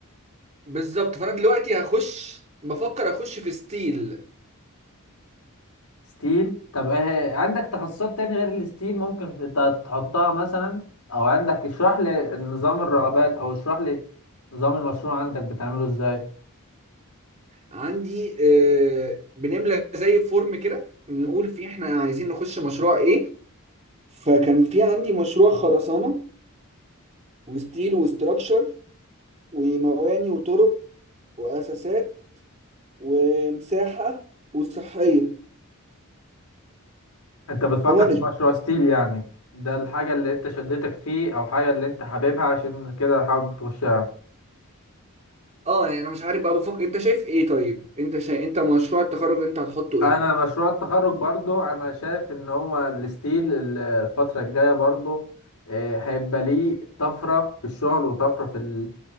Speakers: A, on the right; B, on the left.
A: بالظبط فانا دلوقتي هخش بفكر اخش في ستيل
B: ستيل طب ايه عندك تخصصات تاني غير الستيل ممكن ت- تحطها مثلا او عندك اشرح لي نظام الرغبات او اشرح لي نظام المشروع عندك بتعمله ازاي
A: عندي آه بنملى زي فورم كده نقول فيه احنا عايزين نخش مشروع ايه فكان في عندي مشروع خرسانه وستيل وستراكشر ومواني وطرق واساسات ومساحة وصحية
B: انت بتفكر
A: ومانجمنت
B: في مشروع ستيل يعني ده الحاجه اللي انت شدتك فيه او حاجه اللي انت حاببها عشان كده حابب تخشها
A: اه يعني انا مش عارف بقى بفكر انت شايف ايه طيب انت شايف انت مشروع التخرج انت هتحطه
B: انا
A: ايه
B: مشروع التخرج برضو انا شايف ان هو الستيل الفتره الجايه برضو آه، هيبقى ليه طفره في الشغل وطفره في ال...